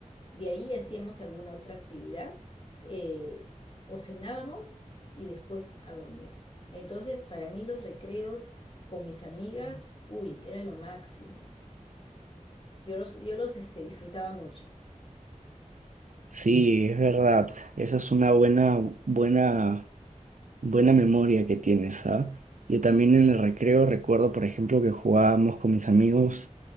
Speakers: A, on the left; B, on the right.
A: De ahí hacíamos alguna otra actividad eh, o cenábamos y después a dormir. Entonces, para mí los recreos con mis amigas, uy, era lo máximo. Yo los, yo los este, disfrutaba mucho.
B: Sí, es verdad. Esa es una buena, buena, buena memoria que tienes, ¿sabes? Yo también en el recreo recuerdo, por ejemplo, que jugábamos con mis amigos